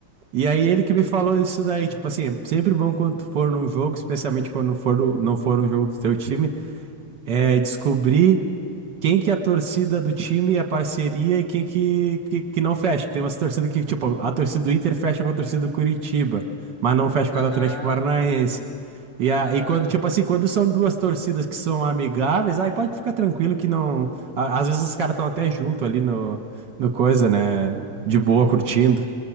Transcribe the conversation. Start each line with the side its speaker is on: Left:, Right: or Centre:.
Right: E aí ele que me falou isso daí, tipo assim, é sempre bom quando tu for num jogo, especialmente quando for do- não for um jogo do teu time, é descobrir quem que é a torcida do time é parceria e quem que, que, que não fecha. Tem umas torcidas que, tipo, a torcida do Inter fecha com a torcida do Curitiba, mas não fecha
Left: Aham.
Right: com a do Atlético Paranaense. E,
Left: Aham.
Right: a, e quando, tipo assim, quando são duas torcidas que são amigáveis, aí pode ficar tranquilo que não. a- Às vezes os caras estão até junto ali no, no coisa, né? De boa,
Left: E,
Right: curtindo.
Left: e